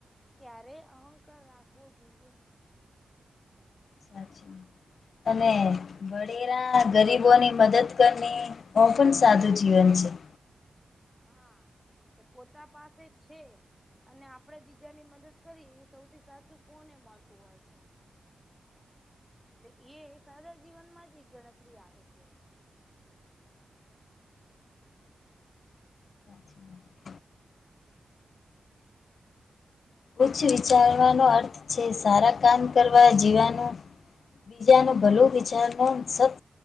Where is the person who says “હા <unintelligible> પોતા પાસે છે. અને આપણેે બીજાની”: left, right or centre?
Centre